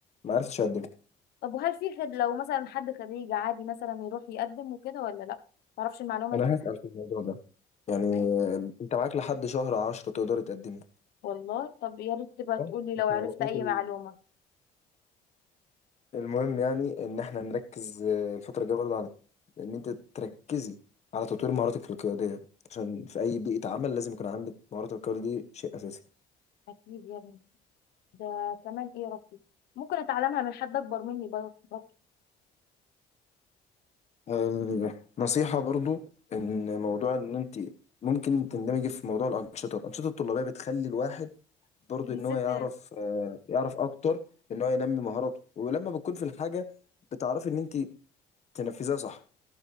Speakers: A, on the left; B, on the left.
A: عرفتش اقدم
B: طب وهل في خد لو مثلا حد خريج عادي مثلا يروح يقدم وكده ولا لا؟ معرفش المعلومة
A: انا
B: دي
A: هسأل في الموضوع ده يعني
B: تمام
A: انت معاك لحد شهر عشرة تقدر تقدمي
B: والله طب يا ريت تبقى تقولي
A: اه
B: لو
A: انت
B: عرفت
A: علاقات
B: اي
A: ال-
B: معلومة
A: المهم يعني ان احنا نركز آه، الفتره الجايه برضه على ان انت تركزي على تطوير مهاراتك القياديه عشان في اي بيئه عمل لازم يكون عندك مهارات القياده دي شيء اساسي
B: اكيد يا ابني ده كمان ايه يا ربي ممكن اتعلمها من حد اكبر مني بر- برضه
A: آه، نصيحة برضو إن
B: مم.
A: موضوع إن أنت ممكن تندمجي في موضوع الأنشطة الأنشطة الطلابية بتخلي الواحد برضو
B: بيزيد
A: إن هو يعرف آه، يعرف أكتر إن هو ينمي مهاراته ولما بتكون في الحاجة بتعرفي إن أنت تنفذيها صح